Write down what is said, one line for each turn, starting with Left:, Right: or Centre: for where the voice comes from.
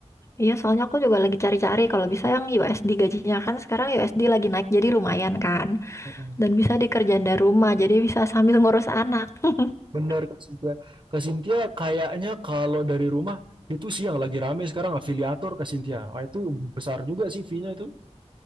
Left: Iya, soalnya aku juga lagi cari-cari. Kalau bisa yang USD gajinya kan sekarang USD lagi naik jadi lumayan kan.
Right: Cynthia.
Left: Dan bisa dikerjain dari rumah, jadi bisa sambil ngurus anak. <laughs>
Right: Bener Kak Sintia. Kak Sintia kayaknya kalau dari rumah itu sih yang lagi rame sekarang afiliator Kak Sintia. Wah, itu besar juga sih fee-nya itu.